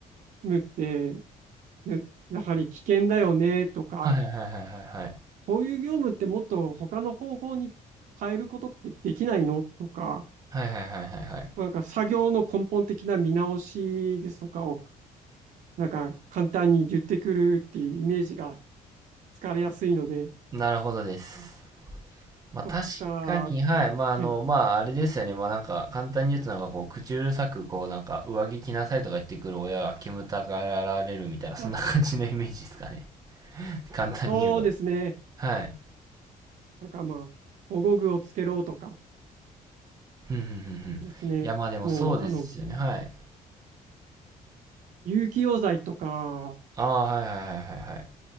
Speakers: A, on the right; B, on the right.
A: ってねやはり危険だよねとか、
B: はいはいはいはいはいはい。
A: こういう業務ってもっと他の方法に変えることってできないのとか、
B: はいはいはいはいはい。
A: なんか作業の根本的な見直しですとかを、なんか簡単に言ってくるっていうイメージがつかれやすいので、
B: なるほどです。まあ確かに、
A: とか、
B: はい。まああの、
A: はい。
B: まああれですよね。まあなんか簡単に言うとなんかこう、口うるさくこうなんか上着着なさいとか言ってくる親は煙たがられるみたいな、
A: <laughs>
B: そんな感じのイメージですかね。
A: あ
B: <laughs> 簡単に言えば。
A: そうですね。
B: はい。
A: なんかまあ、保護具をつけろとか
B: ふんふんふんふん。いやまあでもそうですよね。
A: ですね。もう、あの、
B: はい。
A: 有機溶剤とか
B: ああ、はいはいはいはいはい。